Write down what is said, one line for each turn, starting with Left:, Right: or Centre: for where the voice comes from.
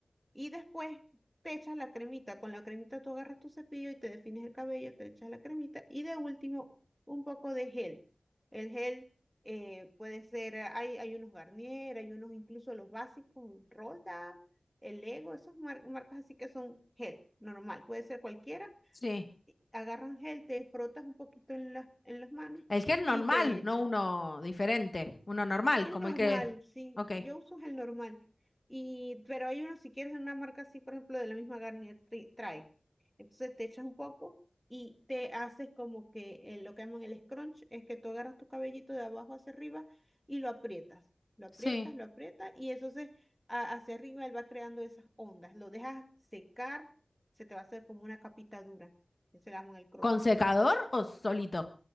Centre: Y después te echas la cremita. Con la cremita tú agarras tu cepillo y te defines el cabello, te echas la cremita. Y de último, un poco de gel. El gel eh, puede ser, eh, hay, hay unos Garnier, hay unos incluso los básicos, Rolda, el Lego, esas mar- marcas así que son gel, normal, puede ser cualquiera.
Left: Sí.
Centre: y Agarras gel, te frotas un poquito en las, en las manos
Left: El gel normal,
Centre: y te echas.
Left: no uno diferente, uno normal,
Centre: El
Left: como
Centre: normal,
Left: el que...
Centre: sí.
Left: Ok.
Centre: Yo uso el normal. Y, pero hay uno, si quieres, de una marca así, por ejemplo, de la misma Garnier tri- trae. Entonces te echas un poco y te haces como que eh, lo que llaman el scrunch, es que tú agarras tu cabellito de abajo hacia arriba y lo aprietas. Lo aprietas,
Left: Sí.
Centre: lo aprietas y eso se, a- hacia arriba él va creando esas ondas. Lo dejas secar, se te va a hacer como una capita dura. Eso le llaman el cross.
Left: ¿Con secador o solito?